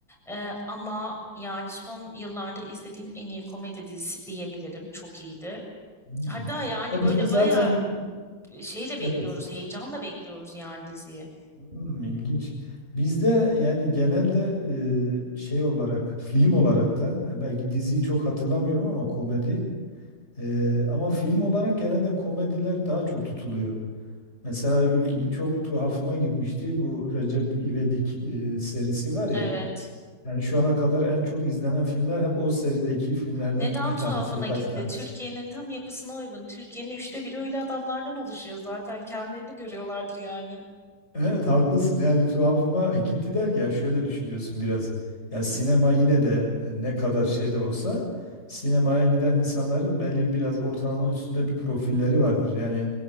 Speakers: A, in the centre; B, on the left.
A: E, ama yani son yıllarda izlediğim en iyi komedi dizisi diyebilirim. Çok iyiydi.
B: Hmm.
A: Hatta yani
B: Ya
A: böyle
B: bizde zaten
A: bayağı şeyle bekliyoruz,
B: evet
A: heyecanla bekliyoruz yani diziyi.
B: hmm, ilginç. Bizde yani genelde e, şey olarak film olarak da yani belki diziyi çok hatırlamıyorum ama komedi e, ama film olarak genelde komediler daha çok tutuluyor. Mesela ilgi, çok tuhafıma gitmişti bu Recep İvedik e, serisi var ya.
A: Evet.
B: Yani şu ana kadar en çok izlenen filmler hep o serideki filmlerden
A: Neden
B: bir
A: tuhafına
B: tanesi, birkaç
A: gitti?
B: tanesi.
A: Türkiye'nin tam yapısına uygun. Türkiye'nin üçte biri öyle adamlardan oluşuyor zaten. Kendilerini görüyorlardır yani.
B: Evet haklısın yani tuhafıma <laughs> gitti der ki ya şöyle düşünüyorsun biraz. Ya sinema yine de e, ne kadar şey de olsa sinemaya giden insanların belli biraz ortalama üstünde bir profilleri vardır. Yani